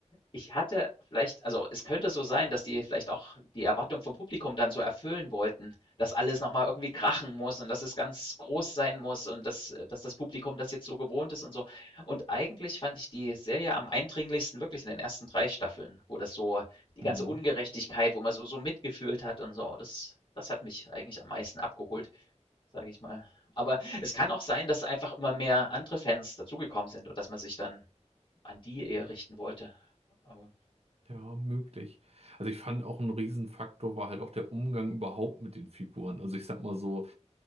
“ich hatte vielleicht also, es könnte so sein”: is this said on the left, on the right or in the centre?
Left